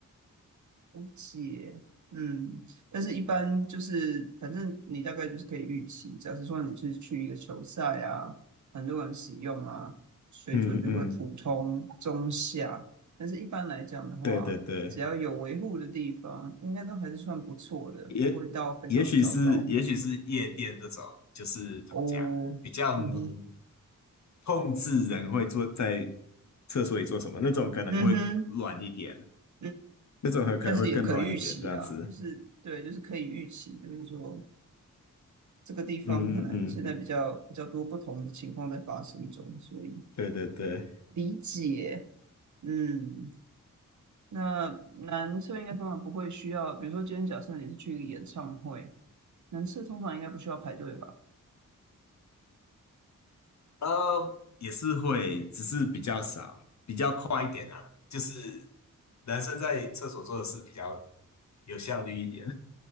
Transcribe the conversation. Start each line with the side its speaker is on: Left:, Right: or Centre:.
Right: 解，嗯，但是一般就是，反正你大概就是可以预期，假设说你是去一个球赛啊，很多人使用啊，水准就会普通中下，
Left: 嗯嗯，
Right: 但是一般来讲的话，
Left: 对对对，
Right: 只要有维护的地方，应该都还是算不错的，
Left: 也也许是也许是夜店这种，
Right: 不会到非常糟糕。
Left: 就是怎么讲，
Right: 哦，
Left: 比较浓。
Right: 嗯哼，
Left: 控制人会做在厕所里做什么，那种可能会乱一点，
Right: 嗯哼，嗯，
Left: 那种还可能会更乱一点，
Right: 但是也可以预期啦，
Left: 这样子。
Right: 就是对，就是可以预期，就是说。这个地方可能现在比较比较多不同的情况在发生中，
Left: 嗯嗯嗯，
Right: 所以
Left: 对对对，
Right: 理解，嗯，那男厕应该通常不会需要，比如说今天假设你是去一个演唱会，男厕通常应该不需要排队吧？
Left: 呃，也是会，只是比较少，比较快一点啊。就是男生在厕所做的事比较有效率一点，